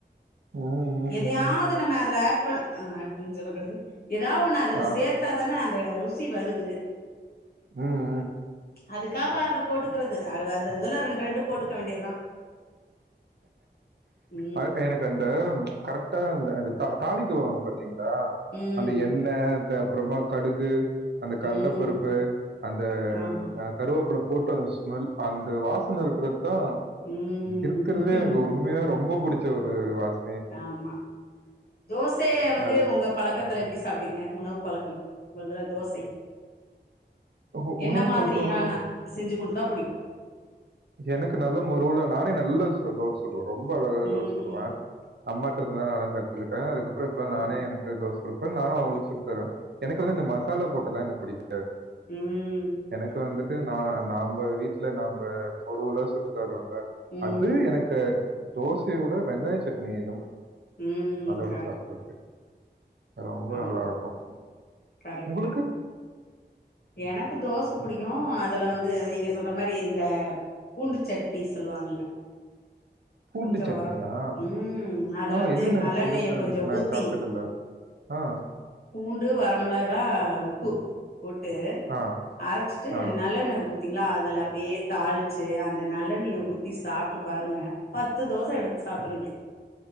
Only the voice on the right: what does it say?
ம், ம்,
ம்.
ஆ.
உம்
அது எனக்அந்த கரெக்டா அந்த அது தா தாளிக்வாங்க பாத் திங்ளா
அந்த எண்ண த அப்றமா கடுகு அந்த கல்லபருப்பு
அந்த
அ கருவப்ல போட்டு அந்த ஸ்மெல் அந்த வாசன இருக்றத்தா
இருக்றதே எனக்கு ஒரு உம்மாயாவே ரொம்ப புடிச்ச ஒரு வாஸ்
அது
உ
உணவு பழக்கம்
எனக் நல்லமுருவுலா நானே நல்லா அ தோச சுடுவே ரொம்ப அழகாவே
தோச சுடுவே அம்மாட்ருந்துதா நானே கத்துகுட்டே அதுகப்ற இப்பலா நானே
எனக்கு தோச சுடுப்பே நானு அவுங்ளுக் சுட்டு தருவே எனக்குவந்து இந்த மசாலா போட்டதுதா எனக்புடிக்கு
எனக்கு வந்துட்டு நா நாம்ப வீட்ல நாம்ப முருவுலா சுட்டு தருவோல
அது எனக்கு தோசயோட வெங்காயசட்னி தாம் புடிக்கு
அதோட
சாப் ரொம்ப
நல்லாருக்கு
உங்குளுக்கு
பூண்டுசட்னியா
அ
இது என்னாது
புதுசாருக்கு
நாஇது
சாப்ட்டதில்ல ஆஹ்
ஆ,
ஆ.